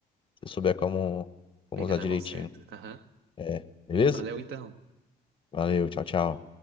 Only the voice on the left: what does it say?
você souber como, como
usar
direitinho.
É, beleza?
Valeu, tchau, tchau.